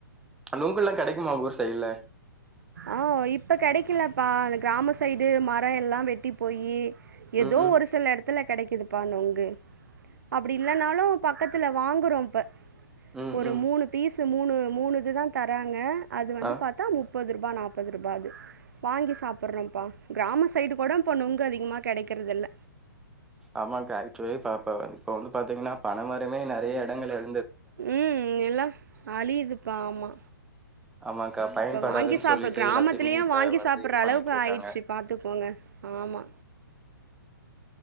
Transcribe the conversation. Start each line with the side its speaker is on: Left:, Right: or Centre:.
Centre: நுங்கெல்லா கெடைக்குமா உங்கூர் சைடுல
Right: ஆ இப்ப கெடைக்கலப்பா அந்த கிராம சைடு மர எல்லா வெட்டி போயி எதோ
Centre: ம் ம்.
Right: ஒரு சில எடத்துல கெடைக்குதுப்பா நொங்கு அப்டி இல்லனாலு பக்கத்துல வாங்கறோ இப்ப
Centre: ம்,
Right: ஒரு
Centre: ம்.
Right: மூணு பீஸ் மூணு மூணிதுதா தராங்க அது வந்து
Centre: ஆ
Right: பாத்தா முப்பது ரு பா நாப்பது ருபா அது வாங்கி சாப்படறோம்ப்பா கிராம சைடு கூட இப்போ நொங்கு அதிகமா கெடைக்கறது இல்ல
Centre: ஆமாக்கா ஆக்சுவலி பாப்ப இப்ப வந்து பாத்திங்னா பன மரமே நெறைய எடங்கள்ல
Right: ம் எல்லா அழியுதுப்பா ஆமா
Centre: ஆமாக்கா பயன்படாதுன்
Right: இப்ப வாங்கி சாப்புட்
Centre: சொல்லிட்டு
Right: கிராமத்துலயு
Centre: எல்லாத்தையுமே இப்ப
Right: வாங்கி
Centre: வந்து
Right: சாப்புட்ற
Centre: இது பண்ணிட்ருக்காங்க
Right: அளவுக்கு ஆயிடுச்சு பாத்துக்கோங்க ஆமா